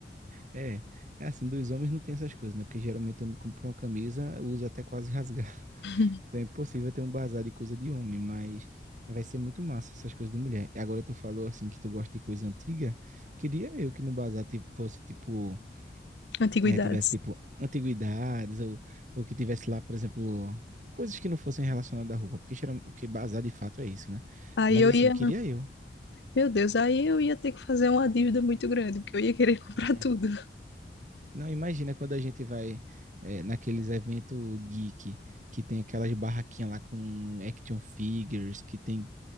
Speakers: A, on the right (about 45°); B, on the left (about 80°).
A: é, é assim, dos homens não tem essas coisas, né? Porque geralmente o homem compra uma camisa, usa até quase rasgar. <laughs>
B: <laughs>
A: Então é impossível ter um bazar de coisa de homem, mas vai ser muito massa essas coisas de mulher. Agora tu falou assim que tu gosta de coisa antiga. Queria eu que no bazar tipo, fosse tipo
B: Antiguidades.
A: é, tivesse, tipo, antiguidades, ou, ou que tivesse lá, por exemplo, coisas que não fossem relacionadas à roupa, porque, geralmente, porque bazar de fato é isso, né?
B: Aí
A: Mas
B: eu
A: assim,
B: ia,
A: queria eu.
B: meu Deus, aí eu ia ter que fazer uma dívida muito grande, porque eu ia querer <laughs> comprar
A: Hum.
B: tudo.
A: Não, imagina quando a gente vai é, naqueles eventos geek, que tem aquelas barraquinhas lá com action figures, que tem